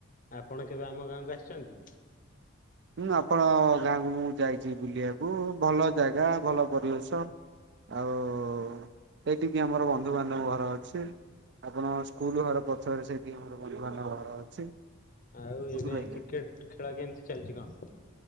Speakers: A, on the left; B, on the right.
A: ଆପଣ କେବେ ଆମ ଗାଁକୁ ଆସିଛନ୍ତି?
B: ଉଁ ଆପଣ ଗାଁକୁ ମୁଁ ଯାଇଚି ବୁଲିବାକୁ ଭଲ ଜାଗା ଭଲ ପରିବେଶ। ଆଉ ଏଇଟି କିଏ ଆମର ବନ୍ଧୁ ବାନ୍ଧବ ଘର ଅଛି। ଆପଣ ସ୍କୁଲ୍ ଘର ପଛରେ ସେଇଠି ଆମର ବନ୍ଧୁବାନ୍ଧବ ଘର ଅଛି।
A: ଆଉ ଏବେ
B: ବୁଝିପାରିଲେ।
A: କ୍ରିକେଟ୍ ଖେଳ କେମ୍ତି ଚାଲିଛି କଣ?